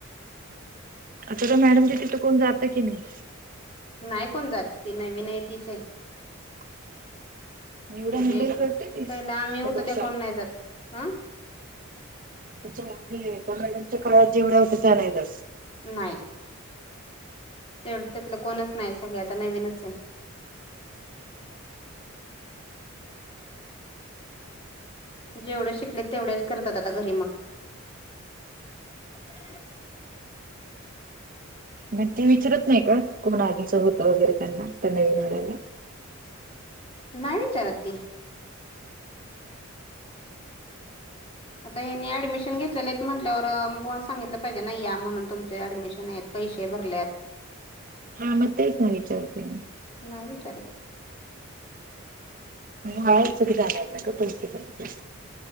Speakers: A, on the right (about 40°); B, on the left (about 25°).
A: अच्या त्या मॅडम जी तिथं कोण जातं की नाही
B: नाइ कोण जात ती नवीन आय तीच आय
A: <unintelligible> निवढ्या
B: म्हणजे
A: हॅडल करते तीस
B: पहिला आम्ही होतो
A: प्रकाश
B: त्या कोण नाही जात ह
A: अछ म्हणजे मॅडच्या काळात जेवढ होत त्यानाला
B: नाही तेव त्यातलं कोणच नाही सगळ आता नवीनच आहे जेवढे शिकले तेवढेच करतात आता घरी मग ह
A: मग ते विचारत नाही का कोण आधीचं होतं वगैरे त्यांना त्यांना विनाायला
B: नाही विचारात आता याने ऍडमिशन घेतलेले आहेत म्हटल्यावरण सांगितलं पाहिजे नाही या म्हणून तुमचे ऍडमिशन आहेत पैसे भरल्यात
A: हा मग तेच ना विचारते म
B: नाही विचारत
A: हा स जा ना का पैसे त्यां